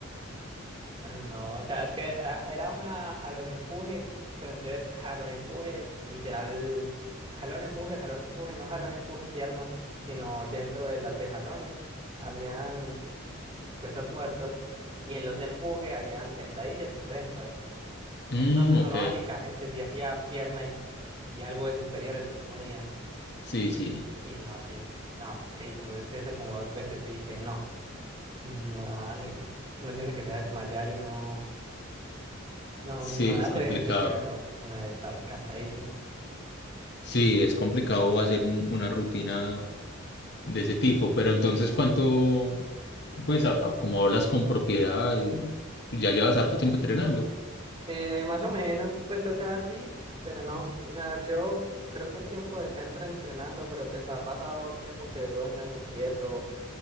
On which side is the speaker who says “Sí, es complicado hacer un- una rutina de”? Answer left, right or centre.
Left